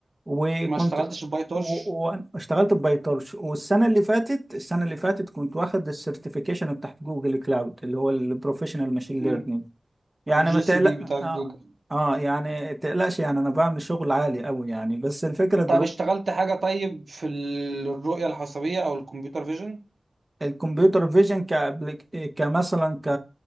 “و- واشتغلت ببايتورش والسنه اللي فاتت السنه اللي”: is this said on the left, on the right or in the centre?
Right